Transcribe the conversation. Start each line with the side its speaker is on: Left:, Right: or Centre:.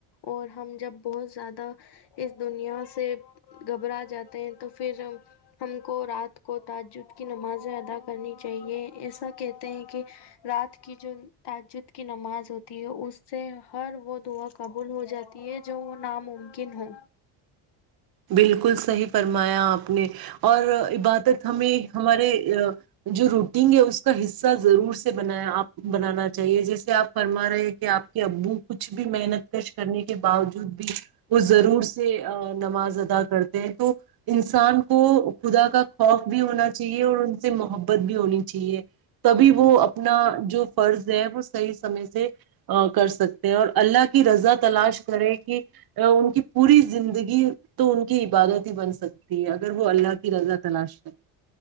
Left: اور ہم جب بہت زیادہ اس دنیا سے گھبرا جاتے ہیں تو پھر ہم کو رات کو تججد کی نمازیں ادا کرنی چاہیے اس کہتے ہیں کہ رات کی جو تعجد کی نماز ہوتی ہے اس سے ہر وہ دعا قبول ہو جاتی ہے جو وہ ناممکن ہو
Right: بالکل صحیح فرمایا آپ نے اور عبادت ہمیں ہمارے جو روٹین ہے اس کا حصہ ضرور سے بنایا آپ بنانا چاہیے جیسے آپ فرما رہے ہیں کہ آپ کے ابو کچھ بھی محنت کش کرنے کے باوجود بھی وہ ضرور سے نماز ادا کرتے ہیں تو انسان کو خدا کا خوف بھی ہونا چاہیے اور ان سے محبت بھی ہونی چاہیے تبھی وہ اپنا جو فرض ہے وہ صحیح سمے سے کر سکتے ہیں اور اللہ کی رضا تلاش کرے کہ ان کی پوری زندگی کی عبادت ہی بن سکتی ہے اگر اگر وہ اللہ کی رضا تلاش کریں